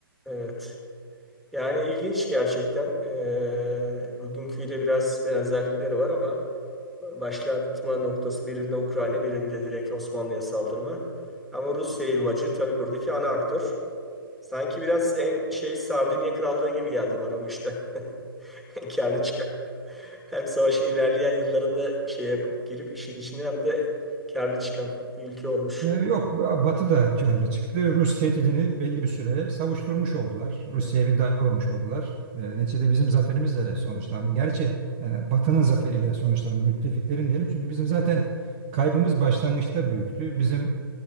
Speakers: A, in the centre; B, on the right.
A: evet. Yani ilginç gerçekten. Ee, bugünküyle biraz benzerlikleri var ama başlatma noktası birinde Ukrayna, birinde direkt Osmanlı'ya saldırma. Ama Rus yayılmacı tabii buradaki ana aktör. Sanki biraz en şey Sardinya Krallığı gibi geldi bana bu işte. <laughs> En karlı çıkan. Hem savaşın ilerleyen yıllarında şey yapıp girip işin içine hem de karlı çıkan bir ülke olmuş.
B: E, yok, Batı da karlı çıktı. Rus tehdidini belli bir süre savuşturmuş oldular. Rusya'ya
A: Evet,
B: bir darbe vurmuş oldular. E, neticede bizim zaferimizle sonuçlandı. Gerçi yani Batı'nın zaferiyle sonuçlandı. Müttefiklerin diyelim. Çünkü bizim zaten kaybımız başlangıçta büyüktü. Bizim